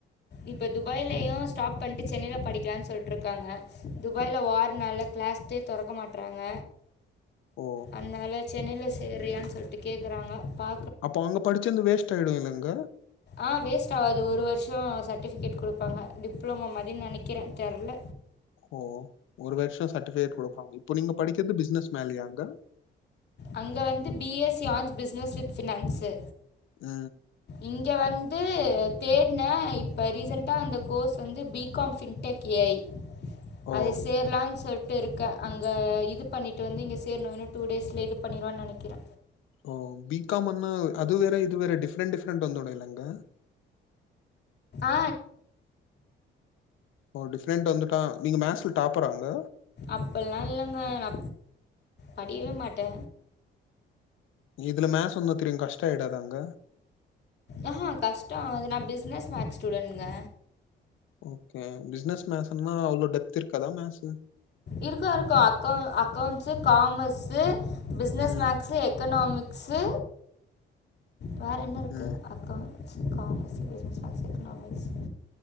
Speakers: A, on the left; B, on the left.
A: இப்ப துபாய்லயு ஸ்டாப் பண்ணிட்டு சென்னையில படிக்கலானு சொல்லிட்டு இருக்காங்க துபாய்ல வார்னால கிளாஸ்தே தொறக்க மாட்டுறாங்க
B: ஓ
A: அதனால சென்னையில சேறியான்னு சொல்லிட்டு கேக்குறாங்க பா
B: அப்போ அங்க படிச்சது வேஸ்ட் ஆயிடு இல்லங்க
A: ஆ வேஸ்ட் ஆகாது ஒரு வருஷோ சர்ட்டிபிகேட் குடுப்பாங்க டிப்ளமோ மாதிரின்னு நினைக்கற தெர்ல
B: ஓ ஒரு வருஷோ சர்ட்டிபிகேட் குடுப்பாங்க இப்போ நீங்க படிக்கிறது பிசினஸ் மேன்லயாங்க
A: அங்க வந்து B S C on business with finance
B: ஆ
A: இங்க வந்து தேடுன இப்போ ரீசண்டா அந்த கோர்ஸ் வந்து B com fintech A I
B: ஓ
A: அது சேரலானு சொல்லிட்டு இருக்க அங்க இது பண்ணிட்டு வந்து இங்க சேரணு இன்னு டூ டேஸ்ல இது பண்ணிருவென்னு நெனைக்கிற
B: ஓ பி காம் அன்னா அது வேற இது வேற டிஃப்ரென்ண்ட் டிஃப்ரெண்ட் வந்துடு இல்லங்க
A: ஆ
B: ஓ டிஃப்ரெண்ட் வந்துட்டா நீங்க மேக்ஸ்ல டாப்பராங்க
A: அப்பல்லா இல்லங்க நா படிக்கவே மாட்ட
B: இதுல மேஸ் ஒன்னு தெரியு கஷ்டோ ஆயிடாதாங்க
A: ஆ அ கஷ்டோ ஆகாது நா பிஸ்னஸ் மேக்ஸ் ஸ்டூடெண்டுங்க
B: ஓகே பிசினஸ் மேஸ்னா அவ்ளோ டெப்த் இருக்காதா மேஸ்ஸூ
A: இருக்கு இருக்கு அக்கௌ அக்கௌண்ஸு காமர்ஸ்ஸு பிஸ்னஸ்
B: ம்
A: மேக்ஸு எக்கனாமிக் ஸு வேறு என்ன இருக்கு
B: ம்
A: அக்கௌ accounts commerce business maths economics